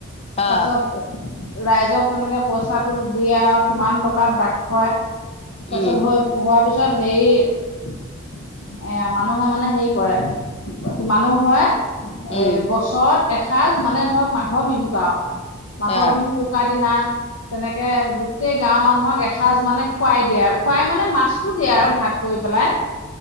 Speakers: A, on the left; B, on the left.
A: অ।
B: তাৰপিছত ৰাইজক তেনেকে পইচাটো দিয়ে আৰু কিমান টকাত দাগ হয় তাৰ
A: উম,
B: পিছত হোৱাৰ পিছত তাৰ পিছত হেৰি এ মানুহে মানে হেৰি কৰে মানুহ ঘৰে
A: উম,
B: এ বছৰত- এসাঁজ মানে ধৰক মাঘৰ বিহুত আৰু মাঘৰ
A: অ',
B: বিহু উৰুকা দিনা- তেনেকে গোটেই গাঁওৰ মানুহক এসাঁজ মানে খুৱাই দিয়ে আৰু খুৱাই মানে মাছটো দিয়ে আৰু ভাগ কৰি পেলাই।